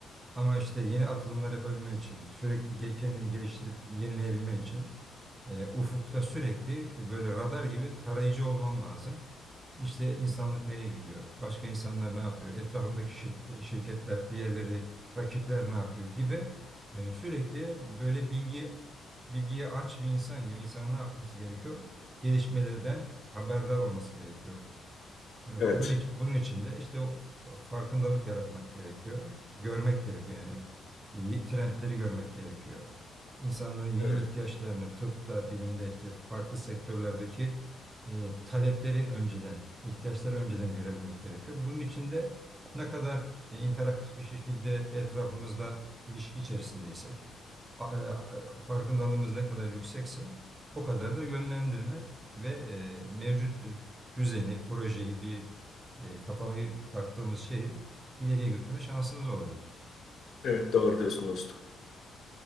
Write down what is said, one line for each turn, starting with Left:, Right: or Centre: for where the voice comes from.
Right: Ama işte yeni atılımlar yapabilmen için sürekli ge- kendini geliştirip yenileyebilmen için e, ufukta sürekli böyle radar gibi tarayıcı olman lazım. İşte insanlık nereye gidiyor? Başka insanlar ne yapıyor? Etrafımdaki şir- e, şirketler, diğerleri, rakipler ne yapıyor gibi e, sürekli böyle bilgi bilgiye aç bir insan gibi insanın ne yapması gerekiyor? Gelişmelerden haberdar olması gerekiyor. Evet,
Left: Evet,
Right: Bunun için, bunun için de işte o f- farkındalık yaratmak gerekiyor. Görmek gerekiyor yani. Y- Trendleri görmek gerekiyor. İnsanların yeni
Left: evet,
Right: ihtiyaçlarını tıpta, bilimde işte farklı sektörlerdeki e, talepleri önceden, ihtiyaçları önceden görebilmek gerekiyor. Bunun için de ne kadar e, interaktif bir şekilde etrafımızda ilişki içerisindeysek, a- e, a- farkındalığımız ne kadar yüksekse o kadar da yönlendirme ve e, mevcut e, düzeni, projeyi, bir e, kafamı taktığımız şeyi ileriye götürme şansımız olabilir.
Left: evet doğru diyorsun dostum.